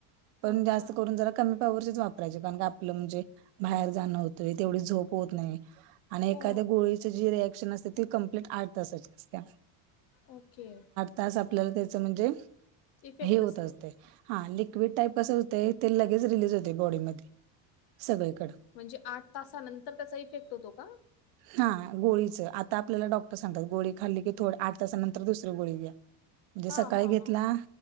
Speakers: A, on the right; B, on the left.
A: पण
B: अच्छा
A: जास्त करून जरा कमी पावरची वाप रायची. कारण की आपलं म्हणजे बाहेर जाणं होतंय. तेवढी झोप होत नाही. आणि
B: हो
A: एखाद्या गोळीच जी रिएक्शन असते. ती कंप्लीट आठ तासाची असते.
B: ओके.
A: तास आपल्याला त्याच म्हणजे,
B: इफेक्ट
A: हे होत
B: असतो
A: असतेय. हा लिक्विड टाईप अस तेय. ते लगेच रिलीज होते बॉडीमध्ये. सगळीकड.
B: म्हणजे आठ तासानंतर त्याचा इफेक्ट होतो का?
A: हा गोळीचं. आता आपल्याला डॉक्टर सांगतात गोळी खाल्ली की, थो आठ तासा नंतर दुसरी गोळी घ्या. म्हणजे
B: हा
A: सकाळी
B: हा
A: घेतला
B: हा